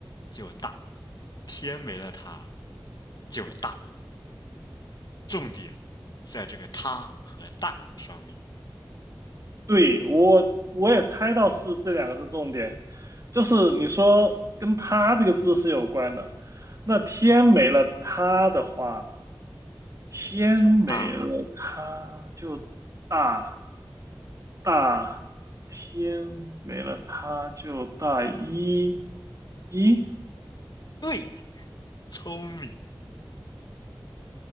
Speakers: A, on the left; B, on the right.
A: 就大，天没了它就大。重点在这个它和大上面，
B: 对，我我也猜到是这两个是重点，就是你说跟它这个字是有关的，那天没了它的话，天没了它就大。
A: 就大了。
B: 大天没了他就大一，一，
A: 对，聪明。